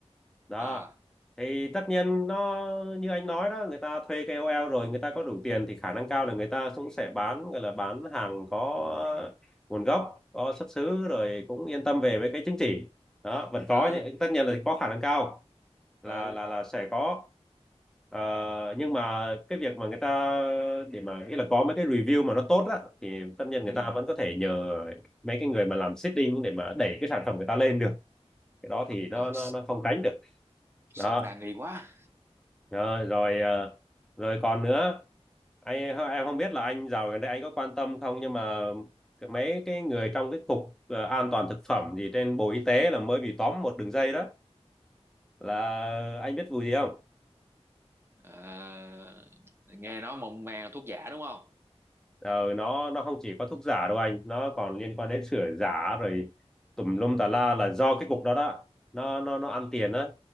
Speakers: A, in the centre; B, on the right (about 20°).
A: đó
B: à
A: thì tất nhiên nó như anh nói đó người ta thuê KOL rồi người ta có đủ tiền thì khả năng cao là người ta cũng sẽ bán gọi là bán hàng có nguồn gốc có xuất xứ rồi cũng yên tâm về với cái chứng chỉ đó vẫn có
B: ừ
A: những tất nhiên là có khả năng cao
B: ừ
A: là là là sẽ có Ờ, nhưng mà cái việc mà người ta để mà nghĩa là có mấy cái review mà nó tốt á thì tất nhiên
B: ừ
A: người ta vẫn có thể nhờ mấy cái người mà làm seeding để mà đẩy cái sản phẩm người ta lên được cái đó thì nó
B: ôi
A: nó nó không tránh được
B: sống
A: đó
B: đa nghi quá
A: Ờ, rồi ờ, rồi còn nữa anh em không biết là anh dạo gần đây anh có quan tâm không nhưng mà cái- mấy cái người trong cái cục ờ, an toàn thực phẩm gì trên Bộ Y tế là mới bị tóm một đường dây đó là anh biết vụ gì không
B: à, nghe nói mộng màng là thuốc giả đúng không
A: ờ, nó nó không chỉ có thuốc giả đâu anh nó còn liên quan đến sửa giả rồi tùm lum tà la là do cái cục đó đó nó nó nó ăn tiền á